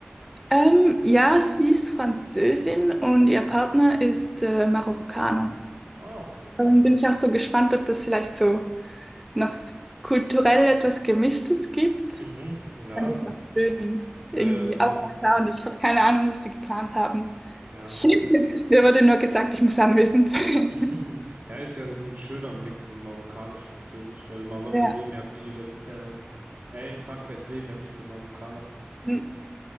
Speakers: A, in the centre; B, on the right (about 80°).
A: Ähm, ja, sie ist Französin und ihr Partner ist äh, Marokkaner.
B: Ah, okay.
A: Ähm, bin ich auch so gespannt, ob das vielleicht so noch kulturell etwas Gemischtes gibt.
B: Mhm. Ja,
A: Fand ich noch schön
B: wäre
A: irgendwie.
B: so
A: Aber
B: ein,
A: mal schauen, ich habe keine Ahnung, was sie geplant haben.
B: ja.
A: Ich, <laughs> Mir wurde nur gesagt, ich muss anwesend sein.
B: <laughs>
A: <laughs>
B: Ja, ist ja so ein schöner Mix, so marokkanisch-französisch, weil in Marokko
A: Ja,
B: leben ja viele, ähm, äh, in Frankreich leben ja viele Marokkaner.
A: Hm,